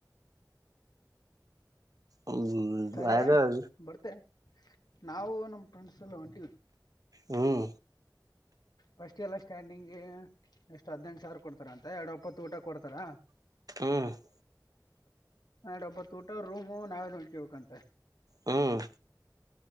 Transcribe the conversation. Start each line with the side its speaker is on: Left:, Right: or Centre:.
Right: ಹ್ಮ್
Left: ತಡಿ ಬರ್ತೆ ನಾವು ನಮ್ಮ ಫ್ರೆಂಡ್ಸ್ ಎಲ್ಲ ಹೊಂಟಿವಿ.
Right: ಹ್ಮ್.
Left: ಫಸ್ಟ್ ಎಲ್ಲ ಸ್ಟ್ಯಾಂಡಿಂಗ್ಗೆ ಎಷ್ಟ ಹದ್ನೆಂಟ ಸಾವಿರ ಕೊಡ್ತಾರಂತೆ ಎರಡು ಒಪ್ಪತ್ತು ಊಟ ಕೊಡ್ತಾರಾ.
Right: ಹ್ಮ.
Left: ಎರಡ್ ಒಪ್ಪತ್ತು ಊಟ ರೂಮ್ ನಾವೇ ನೋಡ್ಕಬೇಕಂತ.
Right: ಹ್ಮ್.